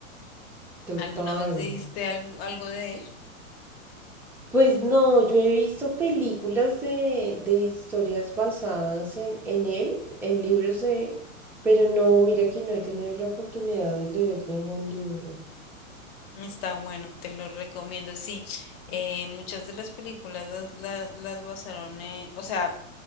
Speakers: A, in the centre; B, on the left.
A: Total.
B: ¿Alguna vez leíste algo, algo de él?
A: Pues no, yo he visto películas de, de historias basadas en, en él, en libros de él, pero no, mira que no he tenido la oportunidad de leer ningún libro.
B: Está bueno, te lo recomiendo, sí. Eh, muchas de las películas las, las, las basaron, eh, o sea,